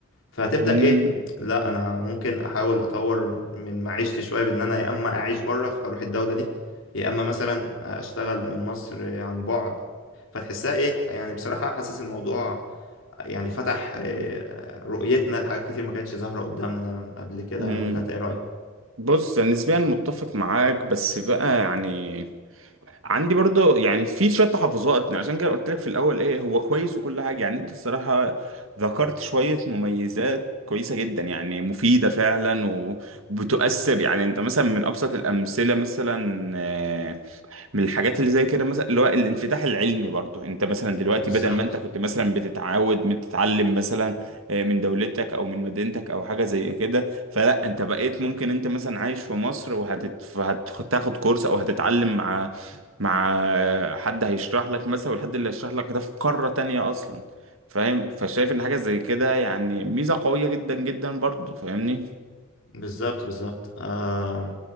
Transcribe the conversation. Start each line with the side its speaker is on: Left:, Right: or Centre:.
Left: فهتبدأ
Right: مم.
Left: ايه لا انا ممكن احاول اطور من معيشتي شوية بان انا يا اما اعيش بره اروح الدولة دي يا اما مثلا اشتغل من مصر عن بعد فتحسها ايه يعني بصراحة حاسس الموضوع يعني فتح آه، رؤيتنا لحاجات كتير ما كانتش ظاهرة قدامنا قبل كده
Right: مم.
Left: ولا انت ايه رأيك
Right: بص أنا نسبيا متفق معاك بس بقى يعني عندي برضه يعني في شويه تحفظات يعني عشان كده قلت لك في الاول ايه هو كويس وكل حاجه يعني انت الصراحه ذكرت شويه مميزات كويسه جدا يعني مفيده فعلا وبتؤثر يعني انت مثلا من ابسط الامثله مثلا آه، من الحاجات اللي زي كده مثلا اللي هو الانفتاح العلمي برضو انت مثلا دلوقتي
Left: بالظبط
Right: بدل ما انت كنت مثلا بتتعود بتتعلم مثلا آه، من دولتك او من مدينتك او حاجه زي كده فلا انت بقيت ممكن انت مثلا عايش في مصر وهتاخد كورس او هتتعلم مع مع آه، حد هيشرح لك مثلا والحد اللي هيشرح لك ده في قاره تانية اصلا فاهم فشايف ان حاجه زي كده يعني ميزه قويه جدا جدا برضو فاهمني
Left: بالظبط بالظبط آه